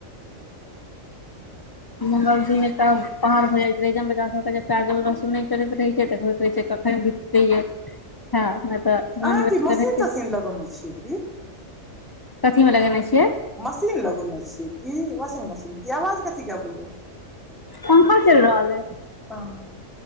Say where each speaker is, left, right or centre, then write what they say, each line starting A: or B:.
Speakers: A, on the left; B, in the centre.
A: मंगल दिन एतउ पहाड़ भऽ जाइत रहै बचाके काज रस नय करैत रहै छै तबैत कहै छै कखन बिततै य तऽ
B: अहाँ
A: नॉनवेज
B: किसी
A: के
B: मशीन
A: रहिते
B: तशीन लगौने छियै की
A: कथी मे लगेने छियै
B: मशीन लगौने छीयै क वाशिंग मशीन क आवाज कथीे अबैया
A: पंखा चइल रहल अय
B: हं